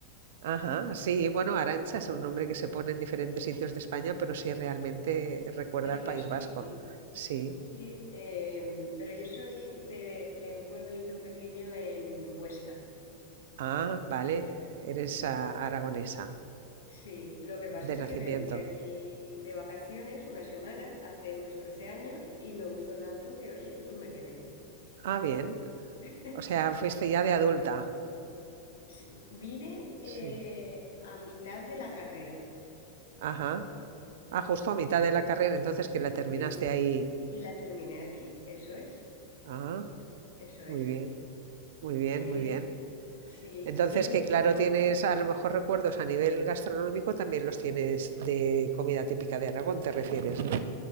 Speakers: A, on the right; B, on the left.
A: ajá, sí. Bueno, Arancha es un nombre que se pone en diferentes sitios de España, pero sí realmente recuerda
B: Es
A: al
B: vasco,
A: País Vasco.
B: sí.
A: Sí.
B: Sí, em, pero yo soy de, de un pueblito pequeño en Huesca.
A: Ah, vale. Eres ah, aragonesa.
B: Sí, lo que pasa
A: De
B: es
A: nacimiento.
B: que me vine aquí de vacaciones una semana hace unos 13 años y me gustó tanto que, oye, pues me quedé.
A: Ah, bien.
B: <laughs>
A: O sea, fuiste ya de adulta.
B: Sí, Vine eh,
A: Sí.
B: a mitad de la carrera.
A: Ajá. Ah, justo a mitad de la carrera, entonces que la
B: Sí.
A: terminaste ahí.
B: Y la terminé aquí, eso es,
A: Ah,
B: eso es.
A: muy bien, muy bien,
B: Eh,
A: muy bien.
B: sí,
A: Entonces
B: vine
A: que
B: un poco.
A: claro, tienes a lo mejor recuerdos a nivel gastronómico, también los tienes de comida típica de Aragón, te refieres, ¿no?